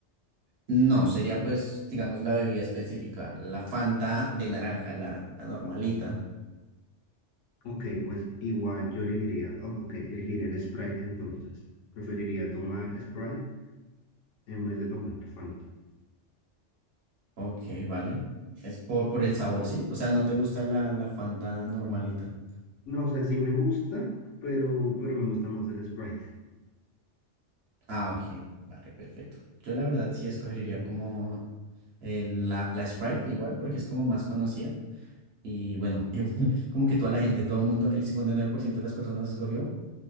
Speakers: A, on the right; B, on the left.
A: No, sería pues, digamos, la bebida específica, la Fanta de naranja, la, la normalita.
B: Ok, pues, igual yo elegiría, oh, ok, elegiría el Sprite entonces. Preferiría tomar Sprite en vez de tomar Fanta.
A: Ok, vale. Es por, por el sabor, ¿sí? O sea, ¿no te gusta la, la Fanta normalita?
B: No, o sea, sí me gusta, pero, pero me gusta más el Sprite.
A: Ah, ok, vale, perfecto. Yo la verdad sí escogería como eh, la, la Sprite igual, porque es como más conocida. Y bueno, <laughs> igual, como que toda la gente, todo el mundo, el 59% de las personas escogió